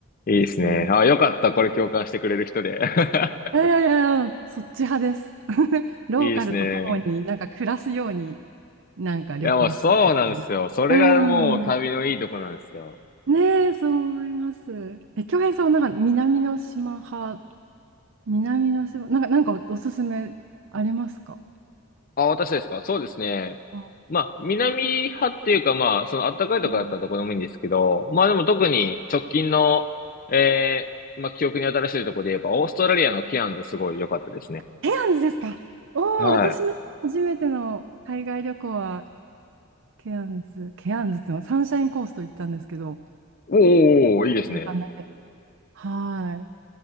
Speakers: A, on the left; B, on the right.
A: いいですね。
B: うん
A: あ、よかった。これ共感してくれる人で。<laughs>
B: いやいやいやいや、そっち派です。<laughs> ローカルと共になんか暮らすように
A: いいですね。
B: なんか旅行したいみたいな。
A: いや、もうそうなんですよ。それがもう旅のいいとこなんですよ。
B: うん。ねえ、そう思います。え、京平さんはなんか南の島派、南の島、なんか、なんかおすすめありますか
A: あ、私ですかそうですね。
B: あ
A: まあ、南派っていうか、まあ、そのあったかいとこだったらどこでもいいんですけど、
B: うん
A: まあでも特に直近の、えー、まあ記憶に新しいとこで言えば、オーストラリアのケアンズすごい良かったですね。
B: ケアンズですかおおー、
A: はい。
B: 私の初めての海外旅行はケアンズ、ケアンズっていうのはサンシャインコースト行ったんですけど、
A: おーおーおー、いいですね。
B: 一週だけ。はい。